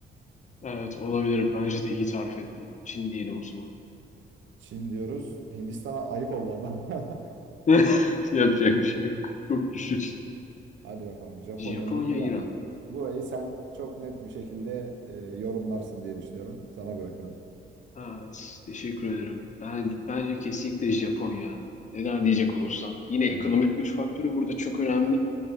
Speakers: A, on the left; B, on the right.
A: Evet olabilir. Bence de iyi tarif ettin. Çin diyelim o zaman.
B: Çin diyoruz. Hindistan'a ayıp oldu ama. <laughs>
A: <laughs> Yapacak bir şey yok. Çok güçlü Çin.
B: Hadi bakalım Japonya
A: Japonya,
B: mı İran
A: İran.
B: mı? Burayı sen çok net bir şekilde e, yorumlarsın diye düşünüyorum. Sana bırakıyorum.
A: Evet, teşekkür ederim. Ben bence kesinlikle Japonya. Neden diyecek olursam. Yine
B: Neden?
A: ekonomik güç faktörü burada çok önemli.